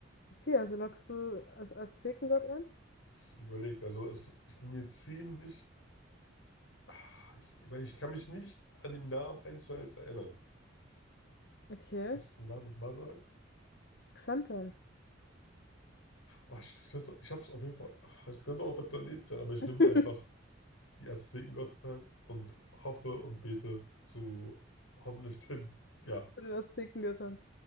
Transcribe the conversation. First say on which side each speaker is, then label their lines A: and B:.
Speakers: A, on the left; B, on the left.
A: okay. Also loggst du Az Aztekengott ein?
B: Ich überlege, also es, ich bin mir ziemlich, ah, ich, ich- weil ich kann mich nicht an den Namen eins zu eins erinnern.
A: Okay.
B: Kannst du den Namen nochmal sagen?
A: Xanthan.
B: Oh, ich, das könnte, ich habe es auf jeden Fall, ah, das könnte auch der Planet sein, aber ich
A: <laughs>
B: nehme
A: Würde
B: einfach die Aztekengottheit und hoffe und bete zu hoffentlich den, ja,
A: das Ticken gestern.